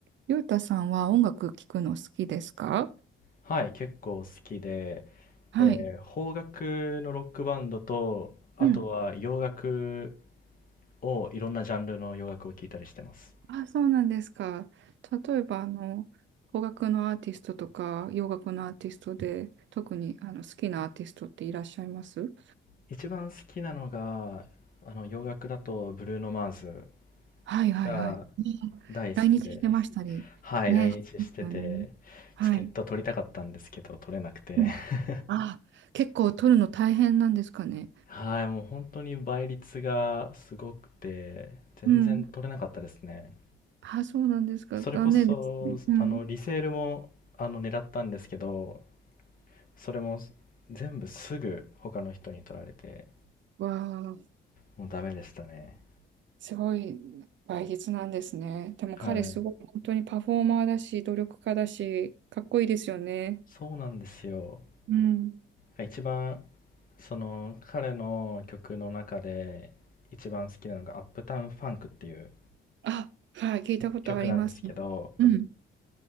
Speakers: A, on the right; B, on the left.
A: ゆうたさんは音楽聴くの好きですか
B: はい、結構好きで、
A: はい。
B: えー邦楽のロックバンドと、あとは洋楽
A: うん。
B: を、いろんなジャンルの洋楽を聴いたりしてます。
A: あ、そうなんですか。例えば、あの、邦楽のアーティストとか、洋楽のアーティストで、特にあの好きなアーティストっていらっしゃいます
B: 一番好きなのが、あの洋楽だとブルーノ・マーズ
A: はいはいはい。
B: が
A: うん来日してましたり。
B: 大好きです。はい、
A: ね、
B: 来日してて、
A: ですよね。はい。
B: チケット取りたかったんですけど、取れなくて。
A: うん
B: <laughs>
A: あ、結構撮るの大変なんですかね。
B: はい、もう本当に倍率がすごくて、全然取れなかったですね。
A: うん。あ、そうなんですか。
B: それこそ、
A: 残念ですね。うん。
B: あの、リセールも、あの、狙ったんですけど、それも全部すぐ他の人に取られて
A: わあ。
B: もうダメでしたね
A: すごい倍率なんですね。でも彼すごい本当にパフォーマーだし、
B: はい
A: 努力家だし、かっこいいですよね。
B: そうなんですよ
A: うん。
B: 一番その彼の曲の中で一番好きなのが「アップタウン・ファンク」っていう
A: あ、はい、聞いたことあります。
B: 曲なんですけど
A: うん。